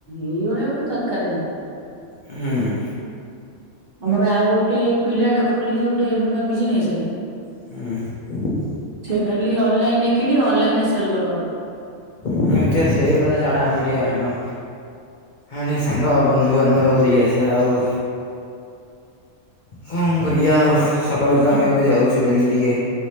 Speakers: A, on the right; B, on the left.
A: ଏଇଭଳିଆ ଗୋଟେ ଦରକାରେ।
B: ଉଁ ହୁଁ।
A: ଆମର ଆଉ ଗୋଟେ ପିଲାଟା ଖୋଲିଛି ଗୋଟେ ନୂଆ ବିଜନେସେ।
B: ହୁଁ।
A: ସେ ଖାଲି ଅନଲାଇନରେ କିଣିବ ଅନଲାଇନରେ ସେଲ କରିଦବ।
B: <unintelligible> ସେ କଥା ଛଡା ଆମେ ଟିକେ ଆମ। ଆମେ ସାଙ୍ଗ, ବନ୍ଧୁବାନ୍ଧବ ଦେଇ ଆସିଆ ଆଉ। କଣ କରିଆ ଆଉ ସକାଳୁ ତ
A: ହଁ
B: ଆମେ ଏବେ ଯାଉଚୁ ଡେଲି ଟିକେ।